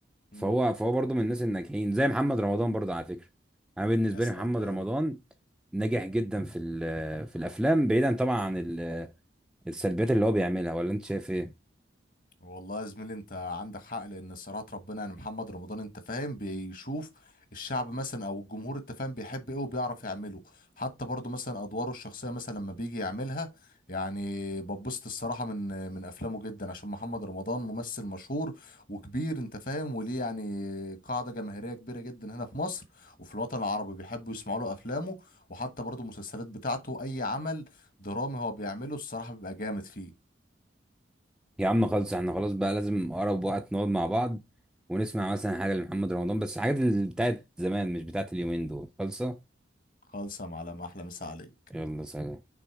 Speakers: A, on the left; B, in the centre.
A: مم.
B: فهو فهو برضه من الناس الناجحين زي محمد رمضان برضه على فكره انا بالنسبه
A: يا سلام
B: لي محمد رمضان ناجح جدا في ال- في الافلام بعيدا طبعا عن ال- السلبيات اللي هو بيعملها ولا انت شايف ايه
A: والله يا زميلي انت عندك حق لان صراحة ربنا يعني محمد رمضان انت فاهم بيشوف الشعب مثلا او الجمهور انت فاهم بيحب ايه وبيعرف يعمله حتى برضو مثلا ادواره الشخصية مثلا لما بيجي يعملها يعني ببسط الصراحة من من افلامه جدا عشان محمد رمضان ممثل مشهور وكبير انت فاهم وليه يعني قاعدة جماهيرية كبيرة جدا هنا في مصر وفي الوطن العربي بيحبوا يسمعوا له افلامه وحتى برضو المسلسلات بتاعته اي عمل درامي هو بيعمله الصراحة بيبقى جامد فيه
B: يا عم خالص احنا خلاص بقى لازم اقرب وقت نقعد مع بعض ونسمع مثلا حاجه لمحمد رمضان بس حاجات اللي بتاعت زمان مش بتاعت اليومين دول خالصه
A: خالصة معلم احلى مسا عليك
B: يلا سلام